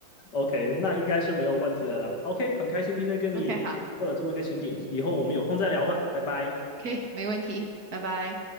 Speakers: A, on the left; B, on the right.
A: OK，那应该是没有问题的啦。OK，很开心今天跟你做了这么一个情景，
B: OK，好，
A: 以后我们有空再聊吧，拜拜。
B: 可以，没问题，拜拜。